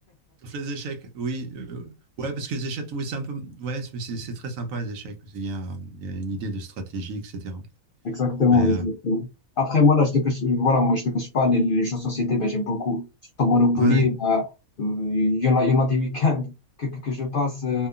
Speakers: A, on the right; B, on the left.
A: Sauf les échecs, oui. euh, ouais, parce que les échecs, oui, c'est un peu, ouais, c'est c'est- c'est très sympa les échecs. Il y a, il y a une idée de stratégie, etc.
B: Exactement,
A: Mais,
B: exactement.
A: euh,
B: Après, moi, là, je te cache, voilà, moi, je te cache pas, les, les jeux de société, ben, j'aime beaucoup. Surtout Monopoly,
A: ouais, ouais,
B: ben, euh, il y en a, il y en a des week-ends que, que, que je passe, euh,